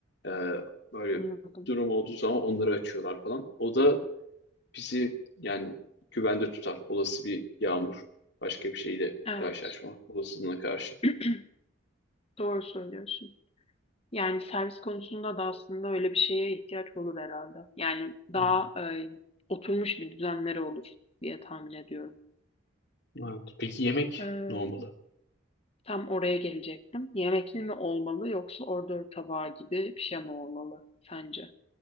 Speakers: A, on the left (about 55°); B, on the left (about 30°).
A: Ee, böyle
B: anladım.
A: durum olduğu zaman onları açıyorlar falan. O da bizi yani güvende tutar. Olası bir yağmur, başka bir şeyle
B: Evet,
A: karşılaşma olasılığına karşı.
B: <clears throat> doğru söylüyorsun. Yani servis konusunda da aslında öyle bir şeye ihtiyaç olur herhalde. Yani daha
A: Hı.
B: e, oturmuş bir düzenleri olur diye tahmin ediyorum.
A: Evet. Peki yemek
B: Ee,
A: ne olmalı?
B: tam oraya gelecektim. Yemekli mi olmalı yoksa order tabağı gibi bir şey mi olmalı sence?